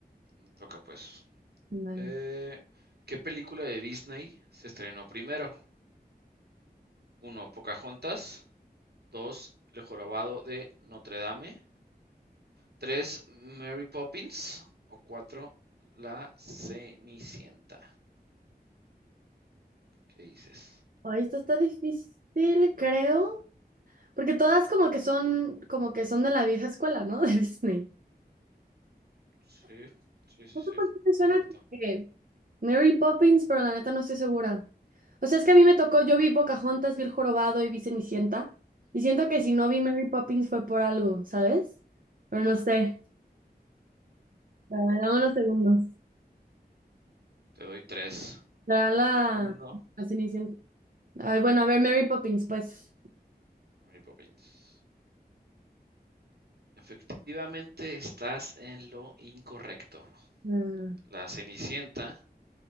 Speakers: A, on the right; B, on the right.
A: me toca pues.
B: <laughs> Vale.
A: Eh, ¿qué película de Disney se estrenó primero? Uno, Pocahontas. Dos, El Jorobado de Notre Dame. Tres, Mary Poppins. O cuatro, La Cenicienta. ¿Qué dices?
B: Ay, esto está difícil, creo. Porque todas como que son, como que son de la vieja escuela, ¿no? <laughs> De Disney.
A: Sí, sí, sí,
B: No
A: sí,
B: sé por qué me suena
A: correcto.
B: que Mary Poppins, pero la neta no estoy segura. O sea, es que a mí me tocó, yo vi Pocahontas, vi El Jorobado y vi Cenicienta. Y siento que si no vi Mary Poppins fue por algo, ¿sabes? Pero no sé. Dame unos segundos.
A: Te doy tres.
B: Será la,
A: Uno.
B: la Cenicienta. Ay, bueno, a ver, Mary Poppins, pues.
A: Mary Poppins. Efectivamente, estás en lo incorrecto.
B: Ah.
A: La Cenicienta